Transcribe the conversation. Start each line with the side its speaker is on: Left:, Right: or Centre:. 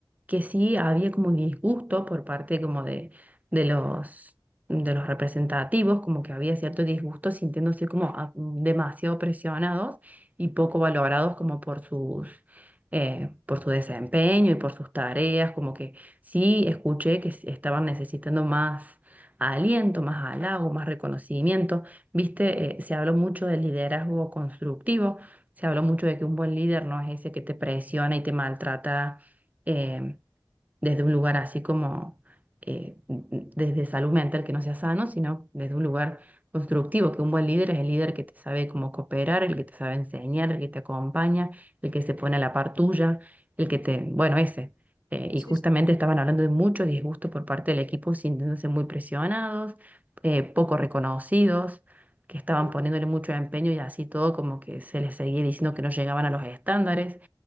Right: que sí había como un disgusto por parte como de, de los, de los representativos, como que había cierto disgusto sintiéndose como a- demasiado presionados y poco valorados como por sus, eh, por su desempeño y por sus tareas, como que sí escuché que s- estaban necesitando más aliento, más halago, más reconocimiento. Viste, eh, se habló mucho del liderazgo constructivo se habló mucho de que un buen líder no es ese que te presiona y te maltrata eh, desde un lugar así como, eh, desde salud mental que no sea sano, sino desde un lugar constructivo, que un buen líder es el líder que te sabe cómo cooperar, el que te sabe enseñar, el que te acompaña, el que se pone a la par tuya, el que te, bueno, ese. Eh, y
Left: sí,
Right: justamente
Left: sí,
Right: estaban hablando de mucho disgusto por parte del equipo, sintiéndose muy presionados, eh, poco reconocidos, que estaban
Left: sí.
Right: poniéndole mucho empeño y así todo como que se les seguía diciendo que no llegaban a los estándares.